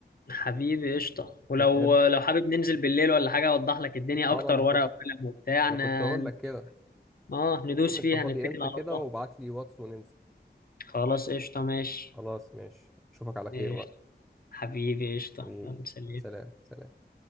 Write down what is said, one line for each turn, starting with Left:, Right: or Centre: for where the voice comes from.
Left: حبيبي قشطة ولو
Centre: نتقابل
Left: لو حابب ننزل بالليل ولا حاجة أوضح لك الدنيا
Centre: وانا
Left: أكتر
Centre: اه ما أنا اكتر
Left: ورقة
Centre: كنت
Left: وقلم وبتاع
Centre: أنا كنت يعني أقول
Left: ن...
Centre: لك كده
Left: اه ندوس
Centre: شوف أنت
Left: فيها
Centre: فاضي
Left: نتكل
Centre: إمتى
Left: على
Centre: كده
Left: الله
Centre: وابعت لي واتس وننزل
Left: خلاص قشطة ماشي
Centre: خلاص ماشي أشوفك على خير
Left: قشطة
Centre: بقى
Left: حبيبي قشطة
Centre: حبيبي
Left: يلا سلام
Centre: سلام سلام